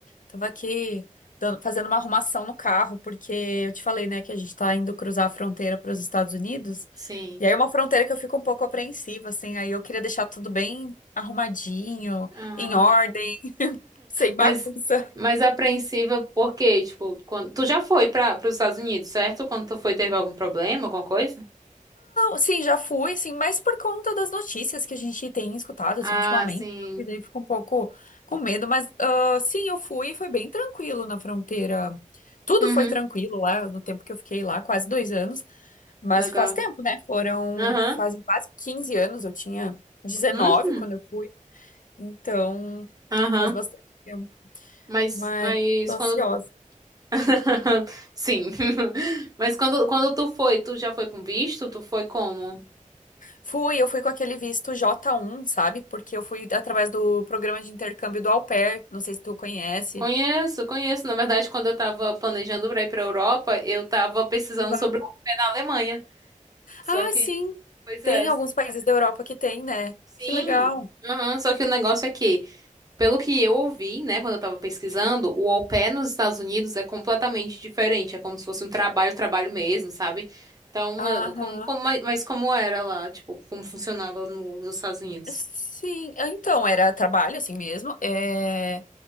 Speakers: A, on the left; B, on the right.
A: Tava aqui dan- fazendo uma arrumação no carro, porque eu te falei, né, que a gente tá indo cruzar a fronteira para os Estados Unidos.
B: Sim.
A: E aí é uma fronteira que eu fico um pouco apreensiva, assim, aí eu queria deixar tudo bem arrumadinho,
B: Aham.
A: em ordem, <laughs> sem bagunça.
B: Mas, mas apreensiva por quê? Tipo, quando tu já foi para os Estados Unidos, certo? Quando tu foi, teve algum problema, alguma coisa?
A: Sim, já fui, assim, mas por conta das notícias que a gente tem escutado,
B: Ah,
A: assim, ultimamente,
B: sim.
A: e daí fico um pouco com medo, mas ah, sim, eu fui, e foi bem tranquilo na fronteira. Tudo
B: Uhum,
A: foi tranquilo lá, no tempo que eu fiquei lá, quase dois anos, mas
B: legal.
A: faz tempo, né? Foram,
B: Aham.
A: fazem quase 15 anos, eu tinha dezenove
B: Uhum.
A: quando eu fui, então
B: Aham.
A: faz bastante tempo,
B: Mas,
A: mas
B: mas
A: tô ansiosa.
B: quando <laughs> Sim. <laughs> Mas quando quando tu foi, tu já foi com visto? Tu foi como?
A: Fui, eu fui com aquele visto j um, sabe? Porque eu fui através do programa de intercâmbio do Au Pair, não sei se tu conhece.
B: Conheço, conheço. Na verdade, quando eu tava planejando pra ir pra Europa, eu tava pesquisando
A: Legal.
B: sobre o pé na Alemanha. Só
A: Ah,
B: que,
A: sim.
B: pois
A: Tem
B: é.
A: alguns países da Europa que tem, né?
B: Sim.
A: Que legal.
B: Aham, só que o negócio é que, pelo que eu ouvi, né, quando eu tava pesquisando, o au pair nos Estados Unidos é completamente diferente. É como se fosse um trabalho, trabalho mesmo, sabe? Então,
A: Aham.
B: eh, como, como, mas como era lá, tipo, como funcionava no, nos Estados Unidos?
A: Sim, Ah, então era trabalho assim mesmo. É...